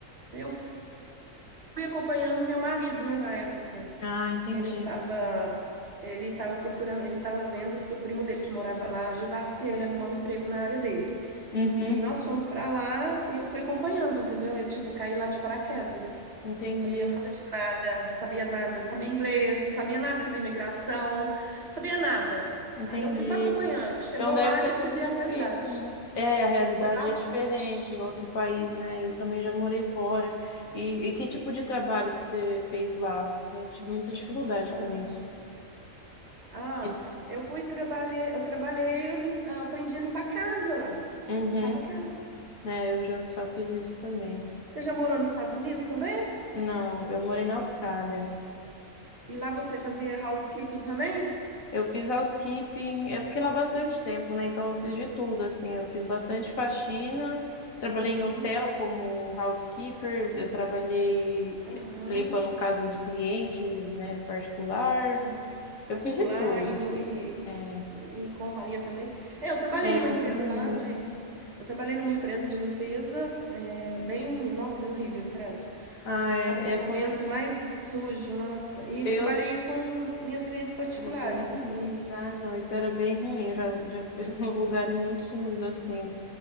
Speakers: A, on the right; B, on the left.
A: Eu fui acompanhando meu marido, né, na época,
B: Ah, entendi.
A: que ele estava ele estava procurando, ele estava vendo se o primo dele que morava lá ajudasse ele a arrumar um emprego na área dele.
B: Uhum,
A: E aí nós fomos pra lá e eu fui acompanhando, entendeu? Eu tipo caí lá de paraquedas.
B: entendi,
A: Sabia nada de nada, sabia nada, não sabia inglês, não sabia nada sobre imigração, sabia nada.
B: entendi.
A: Aí eu fui só acompanhando. Chegou
B: Então deve
A: lá
B: ter
A: que eu
B: sido
A: fui ver
B: difícil,
A: a realidade.
B: né? É, a realidade
A: Foi bastante.
B: é diferente em outro país, né? Eu também já morei fora. E, e que tipo de trabalho que você fez lá? Eu tive muita dificuldade
A: Ah.
B: com isso.
A: Ah,
B: E-
A: eu fui trabalhar, eu trabalhei, eu, lim- eu aprendi a limpar a casa lá.
B: Uhum,
A: Limpava a casa.
B: né? Eu já, já fiz isso também.
A: Você já morou nos Estados Unidos também?
B: Não, eu morei na Austrália.
A: E lá você fazia housekeeping também?
B: Eu fiz housekeeping, eu fiquei lá bastante tempo, né? Então eu fiz de tudo, assim, eu fiz bastante faxina, trabalhei
A: Uhum,
B: em hotel como housekeeper, eu trabalhei
A: aham,
B: limpando casa de cliente, né, particular,
A: aham.
B: eu
A: Particular,
B: fiz de tudo.
A: indo, e,
B: É,
A: e, e companhia também. É, eu trabalhei
B: é
A: numa
B: companhia.
A: empresa lá de. Eu trabalhei numa empresa de limpeza, é, bem. Nossa, era horrível, credo.
B: Ah, é,
A: Cada apartamento
B: é, foi,
A: mais sujo, nossa. E
B: eu
A: trabalhei com minhas clientes particulares,
B: era bem ruim.
A: isso.
B: Ah, não, isso era bem ruim. Eu já, já fiz <laughs> uns lugares muito sujos, assim.